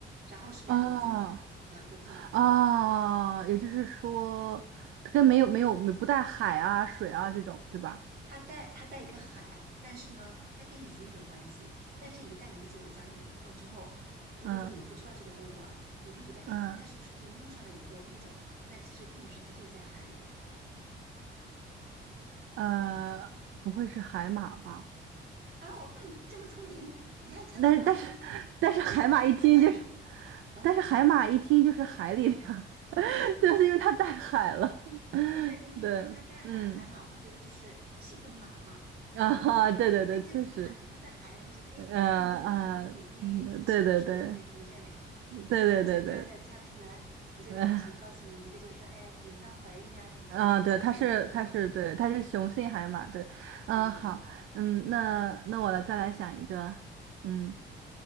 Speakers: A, on the right (about 50°); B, on the right (about 80°).
A: 然后是两个字，
B: 哦
A: 两个字，
B: 哦，也就是说，它跟没有没有不带海啊、水啊这种，对吧？
A: 它带它带一个海，但是呢，它跟鱼没有关系。但是，一旦名字我讲给你听过之后，如果说你不知道这个动物啊，
B: 嗯
A: 你会觉得，诶，
B: 嗯
A: 它是不是就陆上的一个物种？但其实并不是，它就是在海里的。
B: 呃，不会是海马吧？
A: 啊，我看你这么聪明，一下猜到了，
B: 但是但是
A: 你
B: <laughs> 但是海马一听就是，
A: 你是从哪里判断的？啊？
B: 但是海马一听就是海里的呀，<laughs> 对，因为它带海了，<laughs>
A: 不是因为对它带海了海马，
B: 对，嗯
A: 我会觉得就是是一个马嘛。
B: 啊，
A: 那么我会认为，
B: 对对对，
A: 哎哎，这个马怎么能在海里？
B: 确实，
A: 我会觉得，哎，
B: 呃
A: 更多会是陆地里，
B: 啊，
A: 因为小的时候就会这么认为嘛。
B: 嗯，对对对对对对对。
A: 本来我想你要再猜不出来，我就开始告诉你一个，
B: <laughs>
A: 就是说，哎呀，比如说她怀孕啊什么之类，
B: 啊，
A: 就一下就能猜出了。
B: 对，它是，它是，对，它是雄性海马，对，
A: 对对，
B: 嗯，好，
A: 嗯，
B: 嗯，那那我来再来想一个，嗯